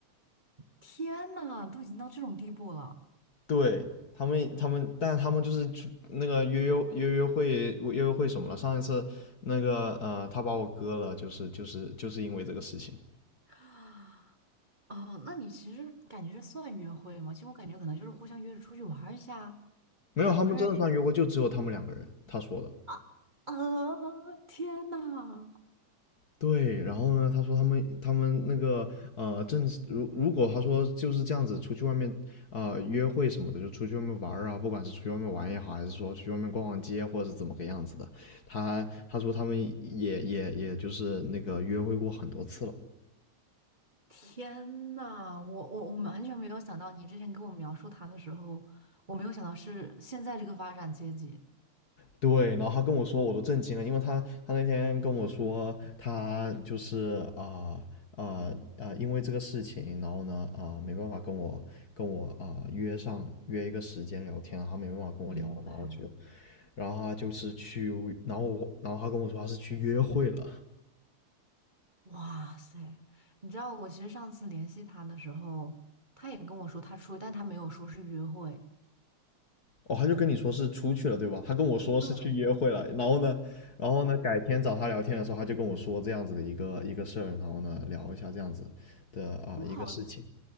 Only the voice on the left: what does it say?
对。他们他们，但他们就是去那个约约约约会约约会什么了？上一次那个呃，他把我割了，就是就是就是因为这个事情。
没有，
他们真的算约会，就只有他们两个人。他说的，
对。然后呢，他说他们他们那个呃，正是如如果他说就是这样子，出去外面啊、呃约会什么的，就出去外面玩儿啊，不管是出去外面玩也好，还是说出去外面逛逛街，或者是怎么个样子的，他他说他们也也也就是那个约会过很多次了。
对，然后他跟我说，我都震惊了，因为他他那天跟我说，他就是啊啊啊，因为这个事情，然后呢啊、没办法跟我跟我啊、约上约一个时间聊天，然后他没办法跟我聊，
然后就然后他就是去，然后我然后他跟我说他是去约会了，
哦，他就跟你说是出去了对吧？他跟我说是去约会了，
然后呢然后呢改天找他聊天的时候，他就跟我说这样子的一个一个事儿，然后呢聊一下这样子的啊、
一个事情。